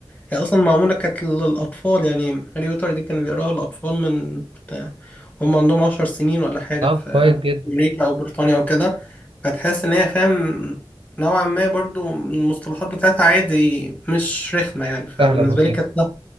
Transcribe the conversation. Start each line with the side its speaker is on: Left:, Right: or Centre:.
Left: هي أصلا معمولة كانت للأطفال يعني هاري بوتر دي كانوا بيقراها الأطفال من بتاع- هم عندهم عشر سنين ولا حاجة
Right: طب
Left: في
Right: كويس جدا
Left: أمريكا أو بريطانيا أو كده فتحس إن هي فاهم نوعا ما برضو المصطلحات بتاعتها عادي مش رخمة يعني فبالنسبة
Right: سهلة بسيطة
Left: لي كانت لا،